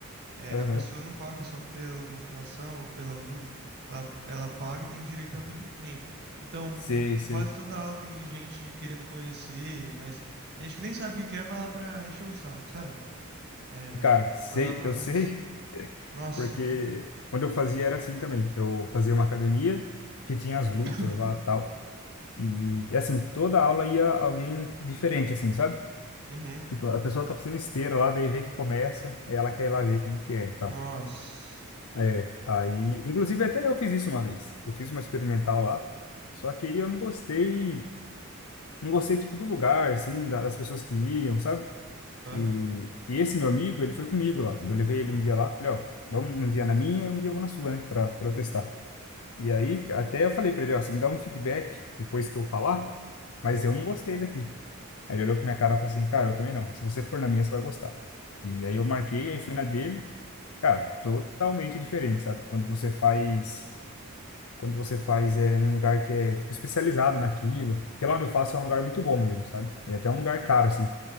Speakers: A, on the right; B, on the left.
A: É,
B: aham,
A: a pessoa não paga só pela musculação ou pela luta, ela, ela paga e tem direito a tudo que tem. Então,
B: sei, sei.
A: quase toda aula tem gente querendo conhecer, mas gente que nem sabe o que quer vai lá pra encher o saco, sabe? É,
B: Cara, sei,
A: vai lá pra
B: eu
A: conhecer.
B: sei, <laughs>
A: Nossa,
B: porque
A: mano.
B: quando eu fazia era assim também. Eu fazia uma academia que tinha as lutas
A: <coughs>
B: lá tal. E, e assim, toda aula ia alguém diferente, assim, sabe?
A: Uhum.
B: Tipo, a pessoa tá fazendo esteira lá, daí vê que começa, aí ela quer ir lá ver como que é e tal.
A: Nossa.
B: É, aí, inclusive até eu fiz isso uma vez. Eu fiz uma experimental lá, só que aí eu não gostei, não gostei tipo do lugar, assim, da- das pessoas que iam, sabe?
A: Aham.
B: E, e esse meu amigo, ele foi comigo lá. Eu levei ele um dia lá, falei, ó, vamos um dia na minha, um dia eu vou na sua, né, para protestar. E aí até eu falei para ele, ó, você me dá um feedback depois que eu falar, mas eu não gostei daqui. Aí ele olhou pra minha cara e falou assim, cara, eu também não. Se você for na minha, você vai gostar. E aí eu marquei, aí fui na dele. Cara, totalmente diferente, sabe? Quando você faz quando você faz é num lugar que é tipo especializado naquilo, porque lá onde eu faço é um lugar muito bom mesmo, sabe? E é até um lugar caro assim.